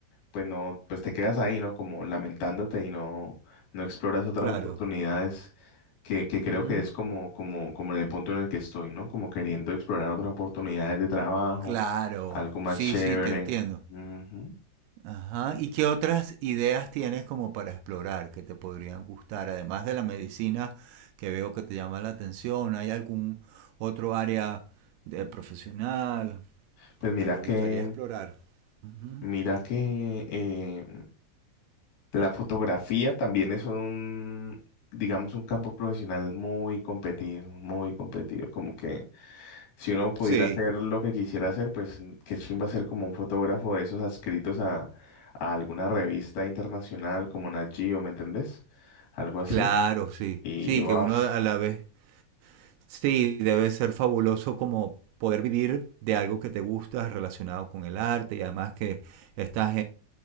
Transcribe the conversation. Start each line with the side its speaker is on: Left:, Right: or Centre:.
Left: pues no, pues te quedas ahí, ¿no? Como lamentándote y no, no exploras otras
Right: Claro.
Left: oportunidades que, que creo
Right: Ujú.
Left: que es como, como, como en el punto en el que estoy, ¿no? Como queriendo explorar otras oportunidades de trabajo,
Right: Claro.
Left: algo más
Right: Sí,
Left: chévere.
Right: sí, te entiendo.
Left: Ujú.
Right: Ajá. ¿Y qué otras ideas tienes como para explorar que te podrían gustar? Además de la medicina que veo que te llama la atención, ¿hay algún otro área de profesional
Left: Pues mira
Right: que te
Left: que,
Right: gustaría explorar? Ujú.
Left: mira que eh, la fotografía también es un, digamos, un campo profesional muy competido, muy competido, como que Si uno pudiera
Right: Sí,
Left: hacer lo que quisiera hacer, pues n- qué chimba ser como un fotógrafo de esos adscritos a, a alguna revista internacional como Nat Geo, ¿me entendés? Algo así.
Right: claro, sí.
Left: Y,
Right: Sí,
Left: uaf,
Right: que uno a la vez, sí, debe ser fabuloso como poder vivir de algo que te gusta relacionado con el arte y además que estás